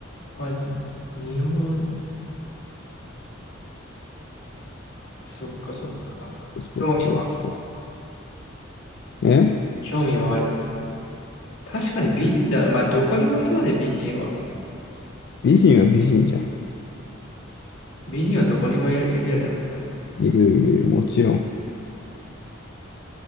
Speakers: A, on the left; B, on the left.
A: あ、日本、そっかそっか。
B: そうそうそう。
A: 興味は
B: え
A: 興味はある。確かに美人だ。まあ、どこにもいるよね、美人は。
B: 美人は美人じゃん。
A: 美人はどこにもいるよね、やっぱり。
B: いるいるいる、もちろん。